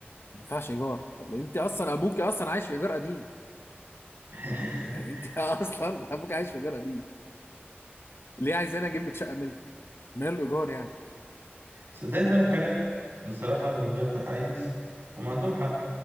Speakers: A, on the left; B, on the right.
A: ما ينفعش ايجار طب انت اصلا ابوك اصلا عايش في ايجار قديم
B: <laughs>
A: يعني انت <laughs> اصلا ابوك عايش في ايجار قديم ليه عايز انا اجيب لك شقة ملك ماله ايجار يعني
B: صدقني هقول لك حاجة بصراحة من غير تحيز هم عندهم حق